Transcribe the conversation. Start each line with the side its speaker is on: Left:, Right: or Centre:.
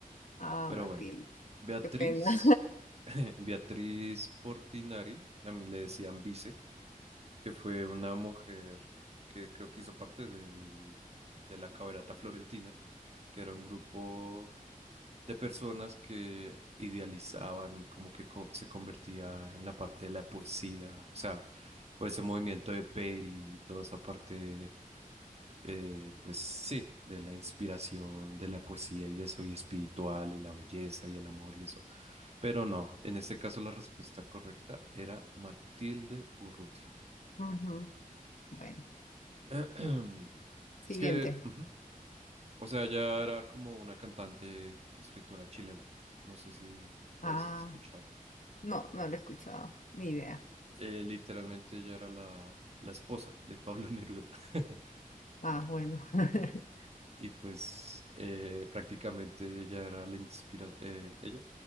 Left: Ah,
Right: Pero
Left: Matilde,
Right: bueno, Beatriz,
Left: qué pena.
Right: <laughs> Beatriz Portinari, también le decían Vice, que fue una mujer que creo que hizo parte del, de la caberata florentina que era un grupo de personas que idealizaban y como que co- se convertía en la parte de la poesía, o sea, por ese movimiento de Peri y toda esa parte, eh, pues sí, de la inspiración, de la poesía y eso, y espiritual, y la belleza y el amor y eso. Pero no, en este caso la respuesta correcta era Matilde Urrutia.
Left: <laughs> Ujú, Bueno,
Right: <clears throat>
Left: siguiente.
Right: Es que ujú, O sea, ella era como una cantante y escritora chilena. No sé si la
Left: Ah,
Right: has escuchado.
Left: no, no lo he escuchado, ni idea.
Right: Eh, literalmente ella era la, la esposa de Pablo Neruda. <laughs>
Left: Ah, bueno. <laughs>
Right: Y pues eh, prácticamente ella era la inspira eh, ella